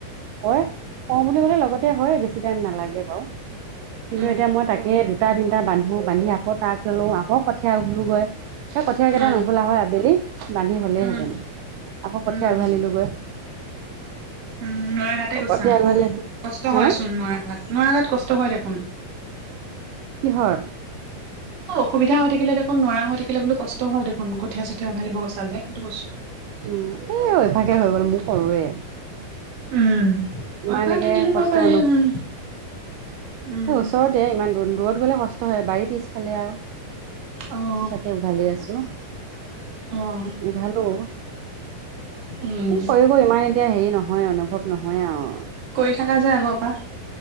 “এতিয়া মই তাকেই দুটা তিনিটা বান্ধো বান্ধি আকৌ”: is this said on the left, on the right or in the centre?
Right